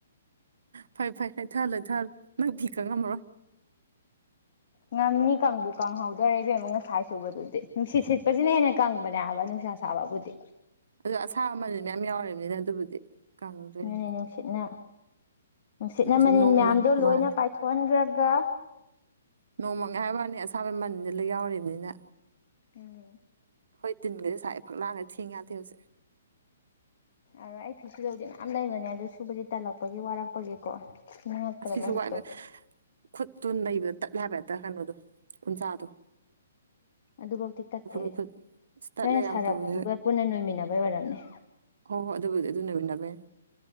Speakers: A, on the right; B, on the left.
A: ꯐꯩ ꯐꯩ ꯂꯩꯊꯥꯜꯂꯣ ꯂꯩꯊꯥꯜꯂꯣ ꯅꯪ ꯐꯤ ꯀꯪ ꯉꯝꯃꯔꯣꯏ
B: ꯉꯝꯅꯤ ꯀꯥꯡꯕꯨ ꯀꯪꯍꯧꯗꯣꯔꯦ ꯏꯕꯦꯝꯃꯥ ꯉꯁꯥꯏ ꯁꯨꯕꯗꯨꯗꯤ ꯅꯨꯡꯁꯤꯠ ꯁꯤꯠꯄꯁꯤꯅ ꯍꯦꯟꯅ ꯀꯪꯕꯅꯦ ꯍꯥꯏꯕꯥ ꯅꯨꯡꯁꯥ ꯁꯥꯕꯕꯨꯗꯤ
A: ꯑꯗꯣ ꯑꯁꯥꯕ ꯃꯅꯤꯜ ꯃꯌꯥꯝ ꯌꯥꯎꯔꯤꯕꯅꯤꯅ ꯑꯗꯨꯕꯨꯗꯤ ꯀꯪꯗꯣꯏꯅꯤ
B: ꯅꯅꯦ ꯅꯨꯡꯁꯤꯠꯅ ꯅꯨꯡꯁꯤꯠꯅ
A: ꯅꯨꯡꯁꯤꯠ
B: ꯃꯅꯤꯜ
A: ꯅꯣꯡꯃꯪ
B: ꯃꯌꯥꯝꯗꯣ ꯂꯣꯏꯅ
A: ꯃꯥꯅꯦ
B: ꯄꯥꯏꯊꯣꯛꯍꯟꯈ꯭ꯔꯒ
A: ꯅꯣꯡ ꯃꯪꯉꯦ ꯍꯥꯏꯕ ꯋꯥꯅꯤ ꯑꯁꯥꯕꯩ ꯃꯅꯤꯜ ꯂꯣꯏ ꯌꯥꯎꯔꯤꯕꯅꯤꯅ
B: ꯎꯝ
A: ꯈꯣꯏ ꯇꯤꯟꯒꯖꯦ ꯁꯥꯥꯏ ꯐꯛꯂꯥꯡꯒ ꯊꯦꯡ ꯌꯥꯗꯦ ꯍꯧꯖꯤꯛ
B: ꯑꯣ ꯑꯩ ꯐꯤꯁꯨꯗꯧꯗꯤ ꯃꯌꯥꯝ ꯂꯩꯕꯅꯦ ꯑꯗꯨ ꯁꯨꯕꯁꯦ ꯇꯜꯂꯛꯄꯒꯤ ꯋꯥꯔꯛꯄꯒꯤꯀꯣ ꯁꯨꯅꯤꯡꯉꯛꯇ꯭ꯔꯕ
A: ꯑꯁꯤꯁꯨ
B: ꯍꯧꯖꯤꯛꯇꯣ
A: ꯋꯥꯏꯕ ꯈꯨꯠꯇꯨ ꯅꯩꯕꯗ ꯇꯠꯂꯦ ꯍꯥꯏꯕ ꯍꯦꯛꯇ ꯀꯩꯅꯣꯗꯣ ꯎꯟꯁꯥꯗꯣ
B: ꯑꯗꯨꯐꯧꯗꯤ ꯇꯠꯇꯦ ꯑꯩ
A: ꯃꯐꯨꯠ ꯑꯁ ꯇꯠꯂꯦ
B: ꯅꯣꯏꯅ
A: ꯌꯥꯝ
B: ꯁꯥꯔꯞꯛꯇꯨꯒ
A: ꯇꯧꯋꯦ
B: ꯄꯨꯟꯅ ꯅꯣꯏꯃꯤꯟꯅꯕꯩ ꯑꯣꯏꯔꯝꯅꯤ
A: ꯍꯣ ꯍꯣꯏ ꯑꯗꯨꯕꯨꯗꯤ ꯑꯗꯨ ꯅꯣꯏꯃꯤꯟꯅꯕꯩꯅꯦ